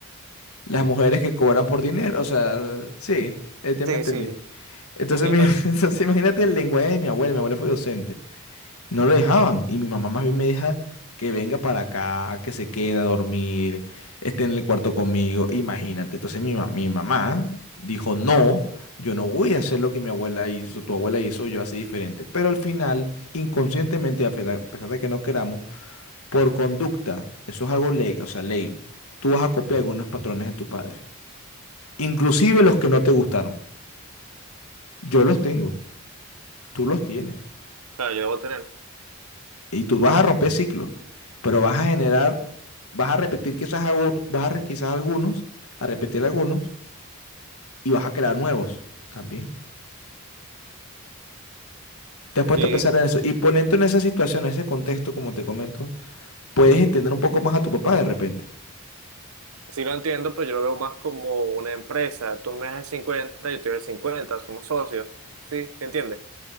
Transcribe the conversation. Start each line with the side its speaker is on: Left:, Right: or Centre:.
Left: las mujeres que cobran por dinero, o sea, sí, eh, te me
Right: Sí,
Left: entendiste.
Right: sí,
Left: Entonces,
Right: sí,
Left: mi-
Right: dale.
Left: <laughs> entonces imagínate el lenguaje de mi abuela, mi abuela fue docente. No lo dejaban. Y mi mamá más bien me deja que venga para acá, que se quede a dormir, esté en el cuarto conmigo. Imagínate. Entonces mi, ma- mi mamá dijo, no, yo no voy a hacer lo que mi abuela hizo, tu abuela hizo, yo así diferente. Pero al final, inconscientemente, a pesa- a pesar de que no queramos, por conducta, eso es algo ley, o sea, ley. Tú vas a copiar algunos patrones de tu padre. Inclusive los que no te gustaron. Yo los tengo, tú los tienes.
Right: Claro, yo debo tener.
Left: Y tú vas a romper ciclos, pero vas a generar, vas a repetir quizás, a vas a re- quizás algunos, a repetir algunos, y vas a crear nuevos también. Te has puesto
Right: Sí,
Left: a pensar en eso. Y poniendo en esa situación, en ese contexto, como te comento, puedes entender un poco más a tu papá de repente.
Right: sí lo entiendo, pero yo lo veo más como una empresa. Tú me das el 50, yo te doy el 50, somos socios. Sí, ¿se entiende?